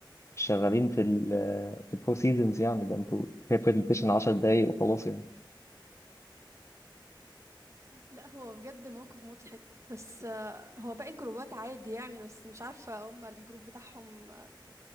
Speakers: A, on the left (about 35°); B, on the right (about 35°).
A: مش شغالين في ال في الفور سيزونز يعني ده أنتوا هي برزنتيشن 10 دقايق وخلاص يعني
B: لا هو بجد الموقف مضحك بس آه، هو باقي الجروبات عادي يعني بس مش عارفه هم الجروب بتاعهم آه،